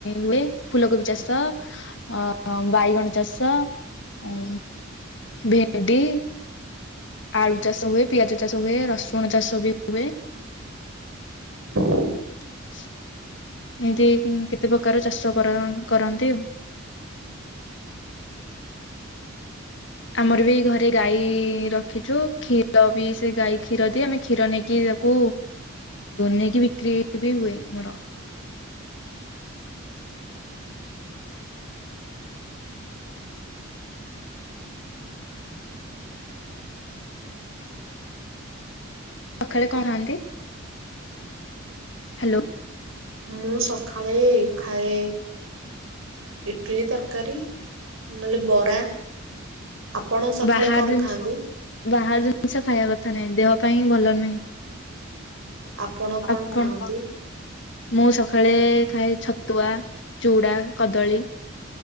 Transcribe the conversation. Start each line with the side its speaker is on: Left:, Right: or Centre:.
Left: ହୁଏ ଫୁଲକୋବି ଚାଷ। ଅ ବାଇଗଣ ଚାଷ ଉ ଭେଣ୍ଡି। ଆଳୁ ଚାଷ ହୁଏ ପିଆଜ ଚାଷ ହୁଏ ରସୁଣ ଚାଷ ବି ହୁଏ।
Right: <unintelligible>
Left: ହଁ ଏମତି କେତେ ପ୍ରକାର ଚାଷ କର କରନ୍ତି। ଆମର ବି ଘରେ ଗାଈ ରଖିଛୁ କ୍ଷୀର ବି ସେ ଗାଈ କ୍ଷୀର ଦିଏ ଆମେ କ୍ଷୀର ନେଇକି କୁ ନେଇକି ବିକ୍ରି ବି ହୁଏ ଆମର। ସକାଳେ କଣହାନ୍ତି? ହ୍ୟାଲୋ।
Right: ମୁଁ ସଖାଳେ ଖାଏ ଇଟଲିି ତରକାରୀ। ନହେଲେ ବରା। ଆପଣ ସଖାଳେ
Left: ବାହାର
Right: କଣ
Left: ଜିନିଷ
Right: ଖାଆନ୍ତି?
Left: ବାହାର ଜିନିଷ ଖାଇବା କଥା ନାହିଁ ଦେହ ପାଇଁଁ ଭଲ ନୁହେଁ। <unintelligible>
Right: ଆପଣ କଣ ଖାଆନ୍ତି?
Left: ମୁଁ ସକାଳେ ଖାଏ ଛତୁଆ, ଚୁଡା, କଦଳୀ।